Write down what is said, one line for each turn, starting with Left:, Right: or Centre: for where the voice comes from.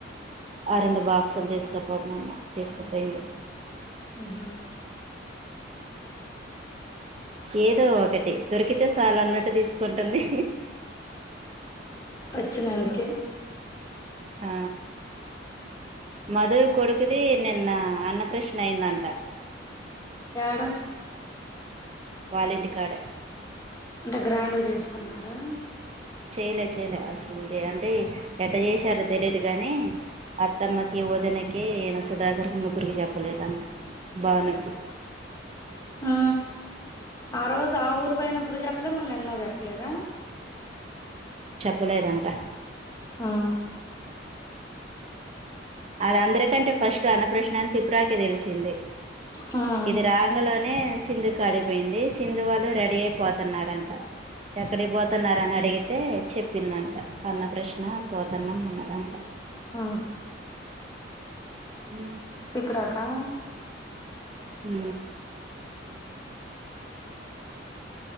Right: ఆ రెండు బాక్సులు తీసుకపోమన్న తీసుకపోయింది
Left: ఉహు
Right: ఏదో ఒకటి దొరికితే సాలు అన్నట్టు తీస్ కుంటుంది
Left: వచ్చిన అందుకే
Right: ఆ మధు కొడుకుది నిన్న అన్న ప్రశ్న అయిందంట
Left: యాడ
Right: వాలింటి కడే
Left: అంటే గ్రాండ్గా చేసుకున్నారా
Right: చెయలే చెయలే అసలు అంటే ఎట్ట చేసారో తెలియదు గానీ అత్తమ్మకి ఒదినకి సుధాకర్కి ముగ్గురికి చెప్పలేదు అంట బావునకి
Left: ఆ ఆ రోజు ఆ ఊరు పోయినప్పుడు చెప్పలే మళ్ళ నిన్న చెప్పలేద
Right: చెప్పలేదంట
Left: ఆ
Right: అది అందరికంటే ఫస్ట్ అన్నప్రశ్న అని తిపురాకే తెలిసింది
Left: హ
Right: ఇది రాంగు లోనే సింధుకడికి పోయింది సింధు వాళ్ళు రెడీ అయిపోతున్నారంట ఎక్కడే పోతున్నారు అని అడిగితే చెప్ చెప్పిందంట అన్న ప్రశ్న పోతన్నం అన్నదంట
Left: ఆ
Right: ఉ
Left: త్రిపురాకా
Right: ఊ